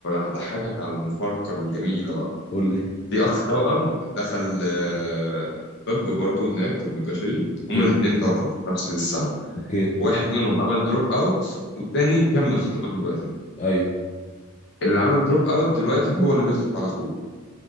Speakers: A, on the left; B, on the left.
A: هضحكك على المفارقة الجميلة بقى
B: قول لي
A: ليه أخ توأم دخل آه، طب برضه هناك طب بشري
B: اوكي
A: هما الاتنين توأم في نفس السنة
B: اوكي
A: واحد منهم عمل دروب اوت والتاني كمل في طب بشري
B: ايوه
A: اللي عمل دروب اوت دلوقتي هو اللي بيصرف على اخوه